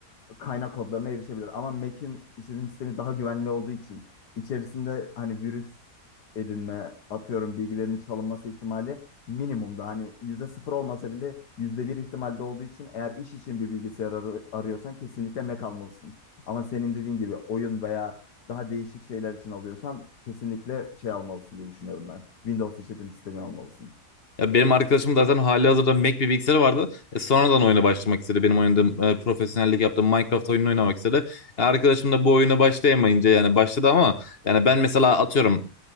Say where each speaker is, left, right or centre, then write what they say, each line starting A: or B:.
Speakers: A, on the left; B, on the left.
A: kaynak kodlarına erişebilir. Ama Mac'in işletim sistemi daha güvenli olduğu için içerisinde hani virüs edinme atıyorum bilgilerinin çalınması ihtimali minimumda. Hani yüzde sıfır olmasa bile yüzde bir ihtimalde olduğu için eğer iş için bir bilgisayar ar- arıyorsan kesinlikle Mac almalısın. Ama senin dediğin gibi oyun veya daha değişik şeyler için alıyorsan kesinlikle şey almalısın diye düşünüyorum ben. Windows işletim sistemi almalısın.
B: Ya benim arkadaşım zaten halihazırda Mac bir bilgisayarı vardı. E, sonradan oyuna başlamak istedi. Benim oynadığım e, profesyonellik yaptığım Minecraft oyununu oynamak istedi. E, arkadaşım da bu oyuna başlayamayınca yani başladı ama yani ben mesela atıyorum